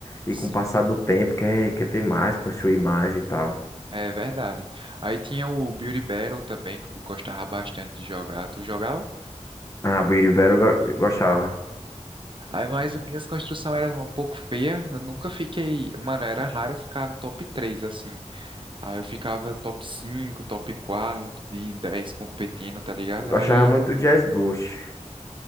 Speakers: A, on the left; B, on the right.
A: E
B: sim.
A: com o passar do tempo, quer, quer ter mais, construir mais e tal.
B: É verdade. Aí tinha o Beauty Battle também, que eu gostava bastante de jogar. Tu jogava?
A: Ah, Beauty Battle eu go- gostava.
B: Aí, mas minhas construções eram um pouco feias. Eu nunca fiquei. Mano, era raro eu ficar no top 3 assim. Aí eu ficava top 5, top 4 de 10 competindo, tá ligado?
A: Gostava
B: Aí,
A: muito do Jazz Ghost.